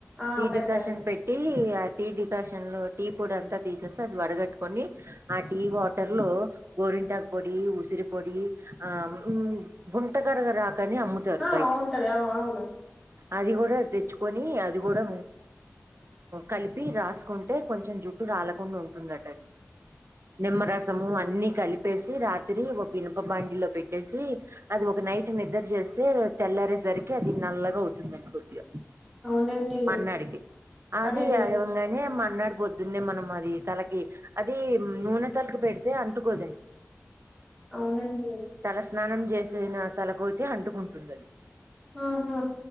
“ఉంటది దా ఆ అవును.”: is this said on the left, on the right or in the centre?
Centre